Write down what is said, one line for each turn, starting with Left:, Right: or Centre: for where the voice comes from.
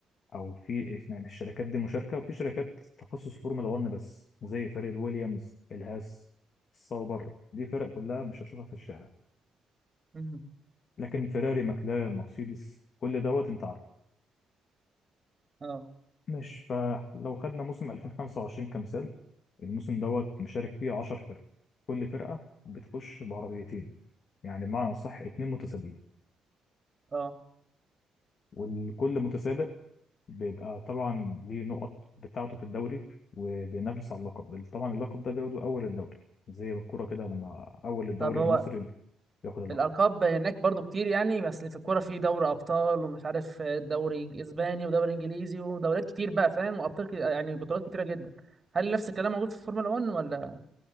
Left: او في يعني الشركات دي مشاركة وفي شركات تخصص فورمولا 1 بس زي فريق الويليامز الهاس الصوبر دي فرق كلها مش هتشوفها في الشارع
Right: مم.
Left: لكن فيراري ماكلارين مرسيدس كل دوت انت عارفه
Right: اه
Left: مش فلو خدنا موسم 2025 كمثال الموسم دوت مشارك فيه 10 فرق كل فرقة بتخش بعربيتين يعني بمعنى أصح اتنين متسابقين
Right: اه
Left: والكل متسابق بيبقى طبعا ليه نقط بتاعته في الدوري وبينافس على اللقب طبعا اللقب ده بياخده أول الدوري زي الكورة كده لما أول الدوري
Right: طب هو
Left: المصري بياخد اللقب
Right: الالقاب هناك برضو كتير يعني بس في الكوره في دوري ابطال ومش عارف دوري اسباني ودوري انجليزي ودوريات كتير بقى فاهم وابطال كتير يعني بطولات كتيره جدا هل نفس الكلام موجود في الفورمولا 1 ولا